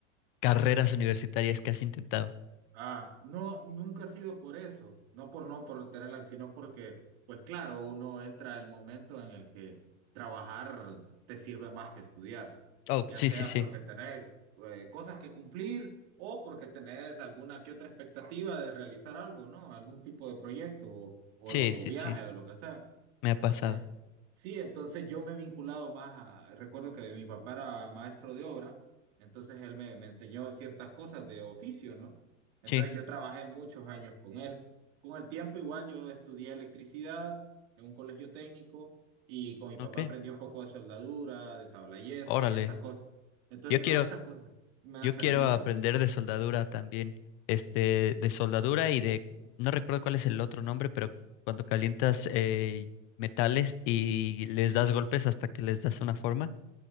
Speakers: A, on the left; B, on the right.
A: carreras universitarias que has intentado.
B: Ah, no, nunca ha sido por eso, no por no por tenerla, sino porque, pues claro, uno entra el momento en el que trabajar te sirve más que estudiar,
A: Oh,
B: ya
A: sí,
B: sea
A: sí, sí.
B: porque tenés eh, cosas que cumplir o porque tenés alguna que otra expectativa de realizar algo, ¿no? Algún tipo de proyecto o, o
A: Sí,
B: lo, o
A: sí,
B: viaje
A: sí.
B: o lo que sea.
A: Me ha pasado.
B: Eh, sí, entonces yo me he vinculado más a, recuerdo que mi papá era maestro de obra, entonces él me, me enseñó ciertas cosas de oficio, ¿no? Entonces
A: Sí,
B: yo trabajé muchos años con él. Con el tiempo igual yo estudié electricidad en un colegio técnico y con mi
A: ok.
B: papá aprendí un poco de soldadura, de tablayeso
A: Órale.
B: y estas cosas. Entonces
A: Yo quiero,
B: todas estas cosas me
A: yo
B: han servido.
A: quiero aprender de soldadura también. Este, de soldadura y de, no recuerdo cuál es el otro nombre, pero cuando calientas eh, metales y les das golpes hasta que les das una forma.